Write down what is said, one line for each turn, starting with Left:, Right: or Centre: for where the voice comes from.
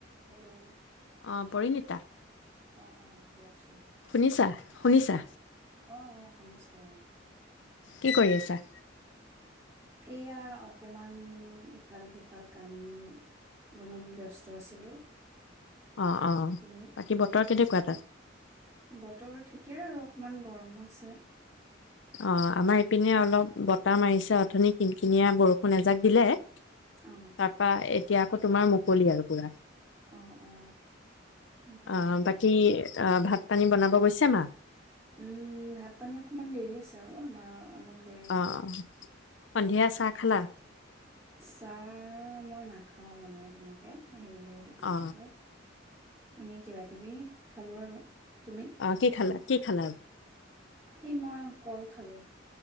Right: হেল্ল'
Left: অ, পৰিণীতা
Right: অ, অ পি আৰ চি
Left: শুনিছা শুনিছা
Right: অ, অ, শুনিছো। <unintelligible>
Left: কি কৰি আছা?
Right: এয়া অকমান- ইফাল সিফাল কাম বনত ব্যস্ত আছিলো।
Left: অ, অ,
Right: তুমি
Left: বাকী বতৰ কেনেকুৱা? তাক
Right: বতৰ ঠিকে আৰু অকমান গৰমো আছে।
Left: অ, আমাৰ ইপিনে অলপ বতাহ মাৰিছে অথনি কিন কিনিয়া বৰষুণ এজাক দিলে- তাৰপা
Right: অ
Left: এহ - এতিয়া আকৌ তোমাৰ মুকলি আৰু পুৰা।
Right: অ অ ভালে
Left: আহ বাকী তেওঁ, ভাত পানী বনাব গৈছে মা?
Right: উম ভাত পানী অকমান দেৰি আছে আৰু, আমাৰ অলপ দেৰি
Left: অহ।
Right: হয়
Left: সন্ধিয়া চাহ খালা?
Right: চাহ- মই নাখাও মানে তেনেকে। হেৰি এইটো কি বুলি
Left: অ
Right: কয়? এনেই কিবা কিবি, খালো আৰু। তুমি
Left: অ কি খালা? কি খালা আ
Right: এই মই কল খালো।